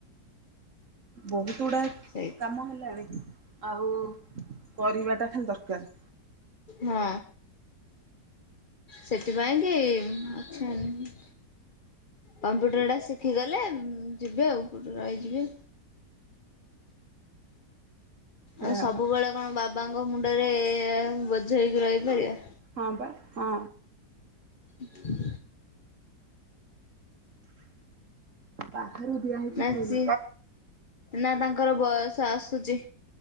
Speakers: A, on the right; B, on the left.
A: ବହୁତ ଗୁଡ଼ା
B: ସେଇ
A: କାମ ହେଲାଣି ଆଉ କରିବାଟା ଖାଲି ଦରକାର।
B: ହଁ। ସେଥିପାଇଁ କି ଅଛି ଏମ କମ୍ପ୍ୟୁଟରଟା ଶିଖିଗଲେ ଯିବେ ଆଉ କୋଉଠି ରହିଯିବେ।
A: ସେଇଆ
B: ଆଉ ସବୁବେଳେ
A: ପା।
B: କଣ ବାବାଙ୍କ ମୁଣ୍ଡରେ ବୋଝ ହେଇକି ରହିପାରିବା?
A: ହଁ ବା ହଁ।
B: ହଁ
A: ବାହାରୁ ଦିଆହେଇଛି
B: ନା
A: ଫୋନ୍।
B: ସିଏ ନା ତାଙ୍କର ବୟସ ଆସୁଛି।